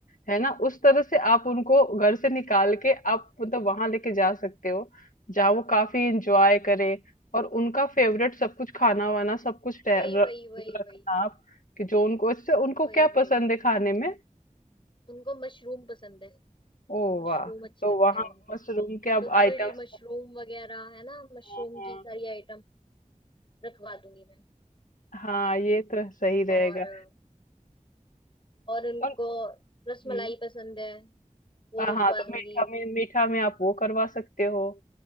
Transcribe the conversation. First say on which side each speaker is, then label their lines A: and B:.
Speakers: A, on the left (about 80°); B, on the left (about 40°).
A: है ना उस तरह से आप उनको घर से निकाल के आप मतलब वहां लेके जा सकते हो जहाँ वो काफी इंजॉय करे और उनका फेवरेट सब कुछ खाना वाना सब कुछ रह-
B: वही
A: र-
B: वही वही
A: रखना
B: वही
A: आप कि जो उनको इससे उनको
B: वही
A: क्या
B: वही
A: पसंद है खाने में
B: उनको मशरूम पसंद है
A: ओ
B: मशरूम
A: वाह
B: अच्छे
A: तो
B: लगते
A: वहाँ
B: हैं उनको
A: मशरूम के अब
B: तो ग्रिल
A: आइटम्स
B: मशरूम वगैरह है ना मशरूम
A: हाँ हाँ
B: की सारी आइटम रखवा दूंगी मैं
A: हाँ, ये तो सही रहेगा
B: और और उनको
A: और हम्म,
B: रसमलाई पसंद है वो
A: हाँ
B: रखवा
A: तो
B: दूंगी
A: मीठा में मीठा में आप वो करवा सकते हो